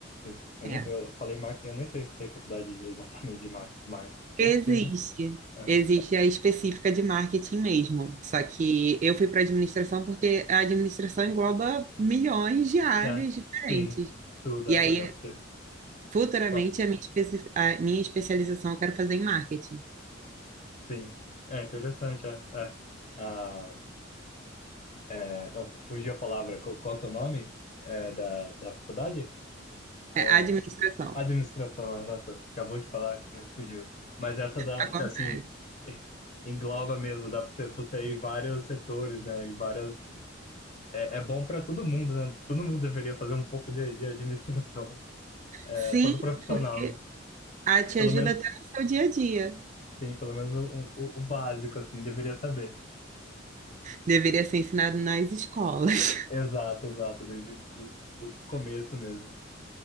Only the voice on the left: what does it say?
Sim. Eu,
nem, eu falei marketing, eu nem sei se tem faculdade <laughs> exatamente de mar- marketing. Deve
ter, né? Ah,
né?
Sim. Tudo, dá,
dá, dá pra
você.
Sim. É interessante, é. é. Ah, é, nossa, fugiu a palavra. Qual, qual que é o nome é, da, da faculdade? É,
administração, é. nossa, acabou de falar que fugiu. Mas essa da,
assim, <laughs> engloba mesmo, dá para você, pra você ir vários setores, né? E várias. É, é bom para todo mundo, né? Todo mundo deveria fazer um pouco de, de administração. <laughs> É,
todo profissional,
né?
Pelo
menos,
sim, pelo menos o, o, o básico, assim, deveria saber.
Exato, exato, desde do, do começo mesmo.